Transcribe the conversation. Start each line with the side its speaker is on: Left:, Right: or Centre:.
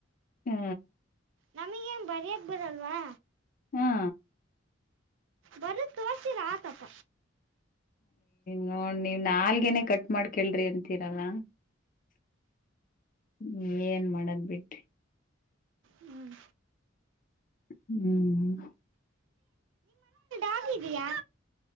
Left: ಹಾ
Right: ನಮಗೇನ್ ಬರಿ ಆಗ್ಬದಲ್ವಾ
Left: ಹಾ
Right: ಬರುದ ತೋರ್ಸಿರ ಆತಪ್ಪ
Left: ನೋ ನೀವ ನಾಲ್ಗೇನೆೇ ಕಟ್ ಮಾಡ್ಕೇಳ್ರಿ ಅಂತೀರಲ್ಲ ಹ್ಮ ಏನ್ ಮಾಡದ್ ಬಿಟ್ರಿ
Right: ಹ್ಮ್
Left: ಹ್ಮ್
Right: ಹಾಗಿದಯಾ